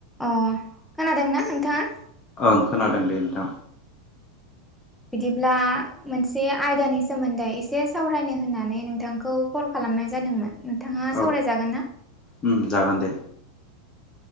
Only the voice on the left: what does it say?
ओं खोनादों दे नोंथां
औ
उम जागोन दे